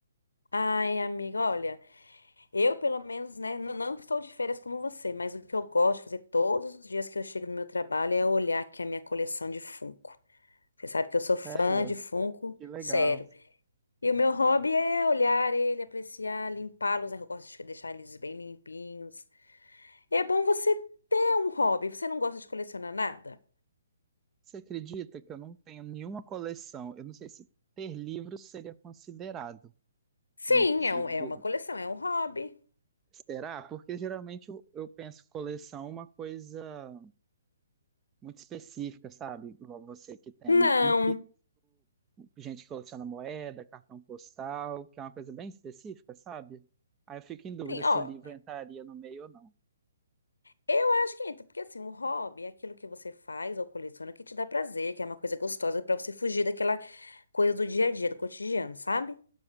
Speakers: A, on the left; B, on the right.
A: Ai, amigo, olha, eu pelo menos, né, n- não estou de férias como você, mas o que eu gosto de fazer todos os dias que eu chego no meu trabalho é olhar aqui a minha coleção de Funko. Você sabe que eu sou fã
B: Sério?
A: de Funko,
B: Que legal.
A: sério. E o meu hobby é olhar ele, apreciar, limpá-los, né? Eu gosto de deixar eles bem limpinhos. E é bom você ter um hobby. Você não gosta de colecionar nada?
B: Você acredita que eu não tenho nenhuma coleção? Eu não sei se ter livros seria considerado
A: Sim,
B: um tipo.
A: é um- é uma coleção, é um hobby.
B: Será? Porque geralmente eu, eu penso coleção é uma coisa muito específica, sabe? Igual você que tem.
A: Não.
B: e gente que coleciona moeda, cartão postal, que é uma coisa bem específica, sabe? Aí eu fico em dúvida
A: Sim,
B: se
A: ó.
B: o livro entraria no meio ou não.
A: Eu acho que entra, porque assim, um hobby é aquilo que você faz ou coleciona que te dá prazer, que é uma coisa gostosa pra você fugir daquela coisa do dia a dia, do cotidiano, sabe?